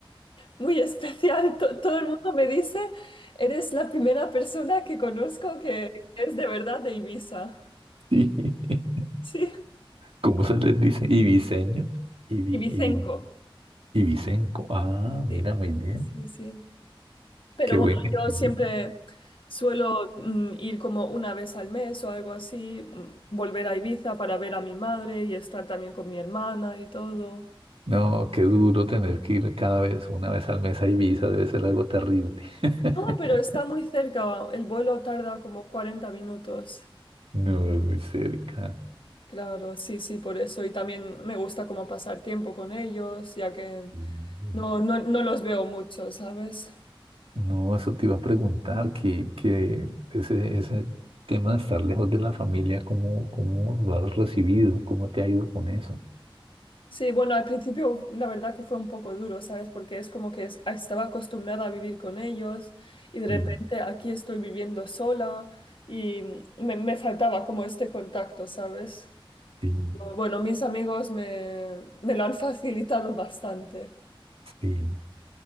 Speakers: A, on the left; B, on the right.
A: Muy <laughs> especial. To- todo el mundo me dice, eres la primera persona que conozco que es de verdad de Ibiza.
B: Sí. <laughs>
A: Sí.
B: ¿Cómo se les dice? Ibiseños. Ibi,
A: Ibicenco.
B: ibi, ibicenco. Ah, mira,
A: Sí,
B: muy bien.
A: sí, sí. sí. Pero
B: Qué buen
A: bueno,
B: gentilicio.
A: yo siempre suelo mm, ir como una vez al mes o algo así, mm, volver a Ibiza para ver a mi madre y estar también con mi hermana y todo.
B: No, qué duro tener que ir cada vez, una vez al mes a Ibiza, debe ser algo terrible. <laughs>
A: No, pero está muy cerca, el vuelo tarda como 40 minutos.
B: No, es muy cerca.
A: Claro, sí, sí, por eso. Y también me gusta como pasar tiempo con ellos, ya que
B: Mm.
A: no, no, no los veo mucho, ¿sabes?
B: No, eso te iba a preguntar, que, que ese, ese tema de estar lejos de la familia, ¿cómo, cómo lo has recibido? ¿Cómo te ha ido con eso?
A: Sí, bueno, al principio la verdad que fue un poco duro, ¿sabes? Porque es como que es- ah, estaba acostumbrada a vivir con ellos y de repente
B: Sí,
A: aquí estoy viviendo sola y me, me faltaba como este contacto, ¿sabes?
B: sí,
A: Bueno, mis amigos me, me lo han <laughs> facilitado bastante.
B: sí.